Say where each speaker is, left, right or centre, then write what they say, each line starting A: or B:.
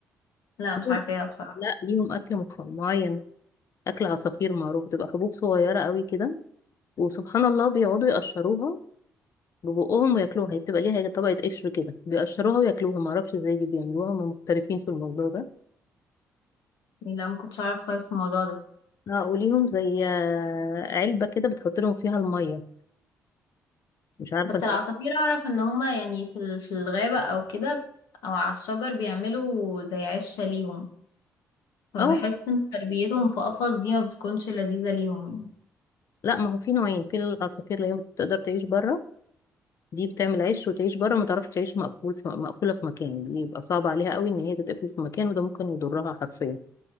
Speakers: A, on the left; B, on the left.
A: لا مش
B: ليهم-
A: عارفاها بصراحة
B: لا ليهم أكل مخ- معين أكل عصافير معروف بتبقى حبوب صغيرة أوي كده وسبحان الله بيقعدوا يقشروها ببقهم وياكلوها هي بتبقى ليها طبقة قشر كده بيقشروها وياكلوها معرفش ازاي دي بيعملوها هم محترفين في الموضوع ده
A: يعني لا ما كنتش اعرف خالص الموضوع ده
B: اه وليهم زي آه، علبة كده بتحط لهم فيها المية مش عارفة
A: بس
B: انت
A: العصافير اعرف ان هما يعني في ال- في الغابة او كده او على الشجر بيعملوا زي عشة ليهم فبحس
B: اه
A: ان تربيتهم في قفص دي ما بتكونش لذيذة ليهم يعني
B: لا ما هو في نوعين في العصافير اللي هي بتقدر تعيش بره دي بتعمل عيش وتعيش بره ما تعرفش تعيش مقفول في مقفولة في مكان دي يبقى صعب عليها قوي ان هي تتقفل في مكان وده ممكن يضرها حرفيا